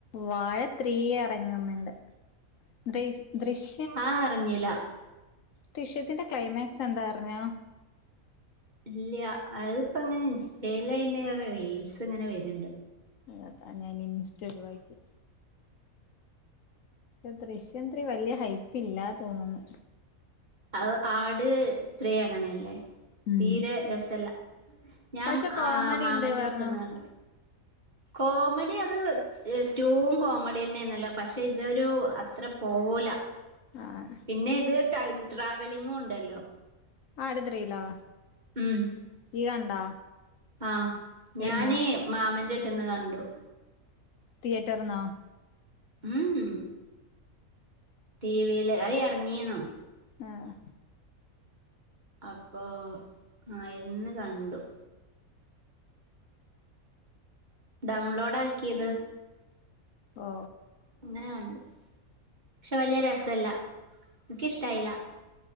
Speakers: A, on the left; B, on the right.
A: വാഴ ത്രീ എർങ്ന്ന്ണ്ട് ദൃഷ് ദൃഷ്
B: ആ അറിഞ്ഞില
A: ദൃഷ്യത്തിന്റെ ക്ലൈമാക്സ് എന്താർഞ്ഞോ
B: ഇല്ല്യ അത്പ്പ ഇങ്ങനെ ഇൻസ്റ്റേല് അയിന്റെ റീൽസ് ഇങ്ങനെ വര്ണ്ട്
A: അതാ ഞാന് ഇൻസ്റ്റ ഒഴിവാക്കി ദൃശ്യം ത്രീ വല്ല്യ ഹൈപ്പ്ല്ലാ തോന്നുന്നു
B: അത് ആട് ത്രീ അങ്ങനല്ലേ
A: ഉം
B: തീരെ രസല്ല ഞാൻ
A: പക്ഷെ കോമഡി
B: ആഹ് മാമന്റെ
A: ഇണ്ട് പർഞ്ഞു
B: അടുത്ത്ന്ന് കണ്ട് കോമഡി അത് ഏ ടൂ വും കോമഡി തന്നെന്നല്ലോ പക്ഷെ ഇതൊരു അത്ര പോവുല
A: ആഹ്
B: പിന്നെ ഇത്ട ട്രാവലിങ്ങും ഉണ്ടല്ലോ
A: ആട് തൃയില്ലോ
B: ഉം
A: യ്യ് കണ്ടാ
B: ആഹ്
A: എവിടുന്ന്
B: ഞാന് മാമന്റെ എട്ത്ന്ന്ന് കണ്ടു
A: തിയേറ്റർന്നോ
B: ഉം ഉം ടി വിൽ അയി ഇറങ്ങീണ്
A: ആഹ്
B: അപ്പോൊ ആയിന്ന് കണ്ടു ഡൗൺലോഡ് ആക്കിയത്
A: ഓ
B: അങ്ങനെ കണ്ടു പക്ഷെ വലിയ രസല്ല എനിക്കിഷ്ടായില്ല